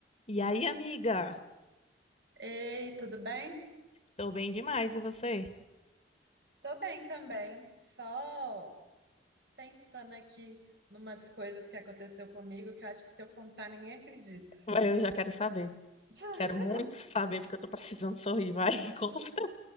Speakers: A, on the left (about 35°); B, on the right (about 65°).
A: E aí, amiga?
B: Ei, tudo bem?
A: Tô bem demais, e você?
B: Tô bem também. Só pensando aqui numas coisas que aconteceu comigo que eu acho que se eu contar ninguém acredita.
A: Vai, Eu já quero saber.
B: <laughs>
A: Quero muito saber, porque eu tô precisando sorrir, vai. <laughs> Conta.